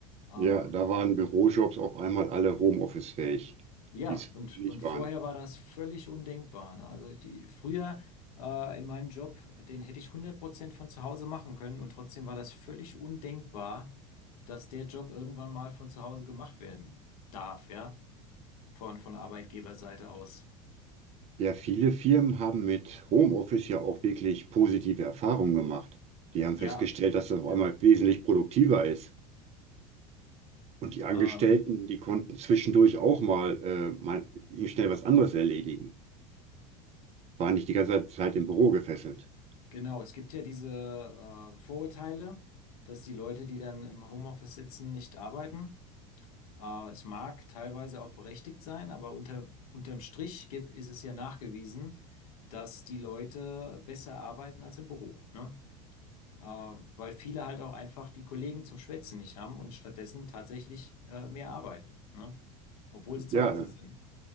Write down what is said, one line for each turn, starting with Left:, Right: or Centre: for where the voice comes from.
Left: Ähm,
Right: Ja, da waren Bürojobs auf einmal alle Homeoffice-fähig,
Left: ja,
Right: die es vorher
Left: und,
Right: nicht
Left: und vorher
Right: waren.
Left: war das völlig undenkbar, ne? Also die, früher äh, in meinem Job, den hätte ich hundert Prozent von zu Hause machen können und trotzdem war das völlig undenkbar, dass der Job irgendwann mal von zu Hause gemacht werden darf, ja? Von, von Arbeitgeberseite aus.
Right: Ja, viele Firmen haben mit Homeoffice ja auch wirklich positive Erfahrungen gemacht. Die haben
Left: Ja,
Right: festgestellt, dass das auf
Left: ja.
Right: einmal wesentlich produktiver ist. Und die Angestellten,
Left: Ähm,
Right: die konnten zwischendurch auch mal, äh, mal schnell was anderes erledigen. Waren nicht die ganze Zeit im Büro gefesselt.
Left: Genau, es gibt ja diese äh, Vorurteile, dass die Leute, die dann im Homeoffice sitzen, nicht arbeiten. Äh, es mag teilweise auch berechtigt sein, aber unter, unterm Strich gibt, ist es ja nachgewiesen, dass die Leute besser arbeiten als im Büro, ne? Äh, weil viele halt auch einfach die Kollegen zum Schwätzen nicht haben und stattdessen tatsächlich äh, mehr arbeiten, ne? Obwohl sie zu
Right: Ja,
Left: Hause sind.